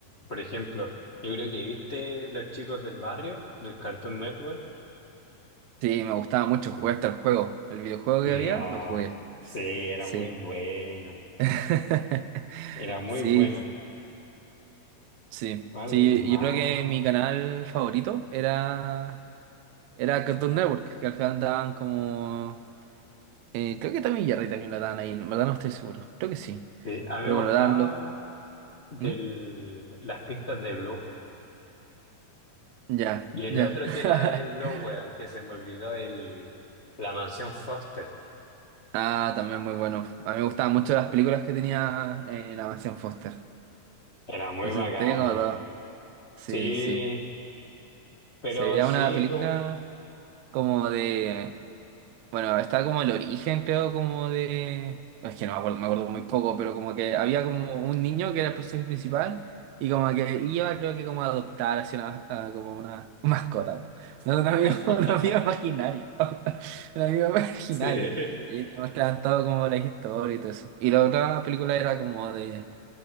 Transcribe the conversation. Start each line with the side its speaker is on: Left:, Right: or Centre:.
Left: por ejemplo, yo creo que viste Los Chicos del Barrio, del Cartoon Network.
Right: Sí, me gustaba mucho, jugué hasta el juego. El videojuego
Left: No,
Right: que había, lo jugué.
Left: sí, era
Right: Sí.
Left: muy bueno.
Right: <laughs>
Left: Era muy
Right: Sí,
Left: bueno.
Right: Sí,
Left: ¿Cuál
Right: sí,
Left: más?
Right: yo creo que mi canal favorito era, era Cartoon Network, que al final daban como... eh, creo que también Jerry también lo daban ahí, en verdad no estoy seguro, creo que sí.
Left: Sí, a mí
Right: Pero
Left: me gustaba
Right: bueno, daban los...
Left: del,
Right: ¿Mm?
Left: las pistas de Blue.
Right: Ya,
Left: Y el
Right: ya.
Left: otro
Right: <laughs>
Left: que era de Blue, weón, que se me olvidó, el, la mansión Foster.
Right: Ah, también muy bueno. A mí me gustaban mucho las películas que tenía eh, la mansión Foster.
Left: Era muy
Right: Entonces
Left: bacán,
Right: tenía como
Left: weón.
Right: todo. Sí,
Left: Sí,
Right: sí.
Left: pero
Right: Se veía
Left: sí,
Right: una película
Left: con...
Right: como de Bueno, estaba como el origen, creo, como de... Es que no me acuerdo, me acuerdo muy poco, pero como que había como un niño que era el personaje principal y como que iba, creo que como a adoptar así una, a como una <laughs> mascota, po. No, un amigo,
Left: <laughs>
Right: <laughs> un amigo imaginario. <laughs> Un amigo imaginario.
Left: Sí. <laughs>
Right: Y mostraban todo como la historia y todo eso. Y la otra película era como de...